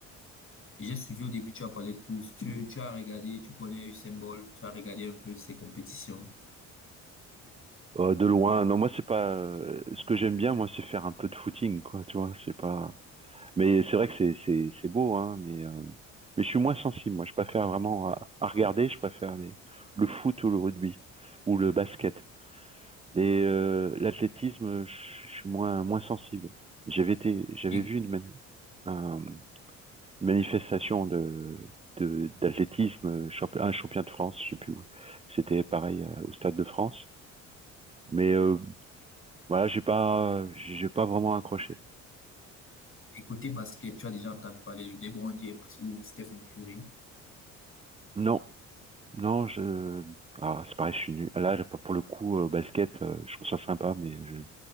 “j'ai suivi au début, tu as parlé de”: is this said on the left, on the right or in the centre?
Left